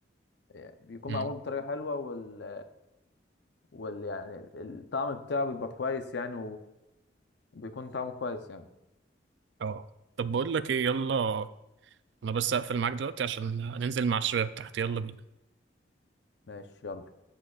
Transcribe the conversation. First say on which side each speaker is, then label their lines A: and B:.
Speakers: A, on the left (about 65°); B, on the right (about 70°).
A: يعني بيكون
B: امم
A: معمول بطريقة حلوة وال, وال يعني الطعم بتاعه بيبقى كويس يعني وبيكون طعمه كويس يعني
B: اه طب بقول لك ايه يلا انا بس اقفل معاك دلوقتي عشان ننزل مع الشباب تحت يلا بينا
A: ماشي يلا